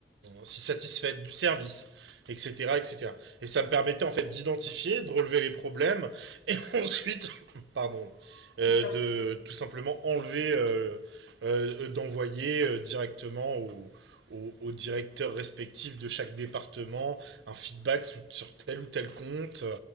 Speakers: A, on the right; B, on the left.
A: si satisfaite du service, etc., etc. Et cetera. Et ça me permettait en fait d'identifier, de relever les problèmes, et ensuite, <laughs> pardon, euh,
B: Pas
A: de
B: de souci,
A: tout simplement enlever, euh, euh, d'envoyer euh, directement au, aux, aux, directeurs respectifs de chaque département un feedback sur, sur tel ou tel compte.